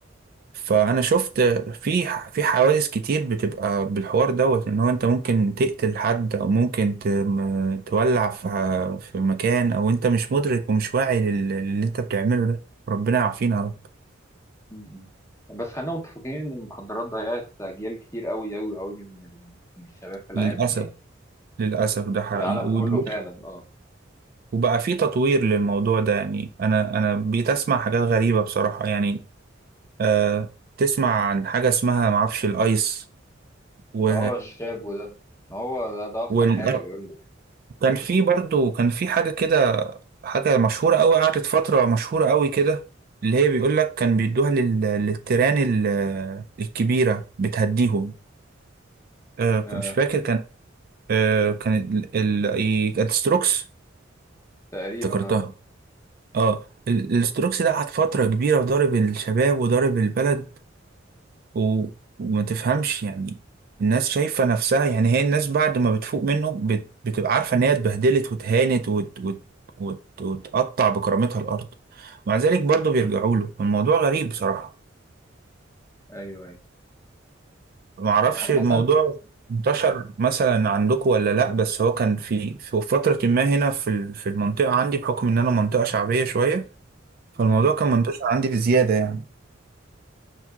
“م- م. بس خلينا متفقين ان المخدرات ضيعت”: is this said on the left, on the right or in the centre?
Left